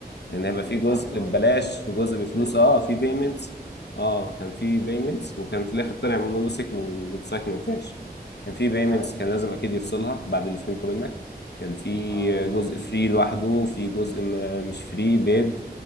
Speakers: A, on the left; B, on the right.
A: لان
B: يعني
A: هيبقى
B: انتوا
A: في
B: كنتوا
A: جزء
B: عاملينه
A: ببلاش
B: اصلا مونو-
A: وجزء
B: مونوليثيك
A: بفلوس اه
B: وكده
A: في بيمنتس اه كان في
B: امم
A: بيمنتس وكان في الاخر طلع مونولوسيك والويب سايت ما ينفعش كان في بيمنتس
B: ايوه
A: كان
B: ايوه
A: لازم اكيد يفصلها بعد اللي فهمته منك كان في
B: اه بالظبط
A: جزء فري لوحده في جزء م- مش فري بيد